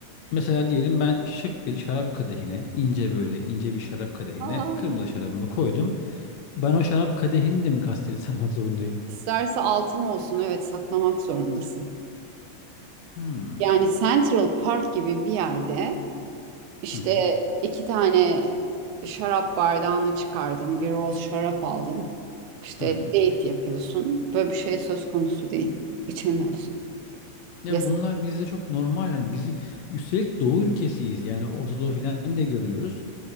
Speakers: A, on the left; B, on the right.
A: mesela diyelim ben şık bir şarap kadehine ince böyle ince bir şarap kadehine
B: Hayır.
A: kırmızı şarabımı koydum. Ben o şarap kadehini de mi gazeteli <laughs> sarmak zorundayım?
B: İsterse altın olsun, evet saklamak zorundasın.
A: Hmm.
B: Yani Central Park gibi bir yerde işte
A: Hı hı.
B: iki tane şarap bardağını çıkardın, bir roz şarap aldın. İşte
A: Hı hı.
B: date yapıyorsun. Böyle bir şey söz konusu değil. İçemiyorsun.
A: Ya
B: Yasak.
A: bunlar bizde çok normal yani bizim üstelik doğu ülkesiyiz yani Orta Doğu falan de görülüyoruz.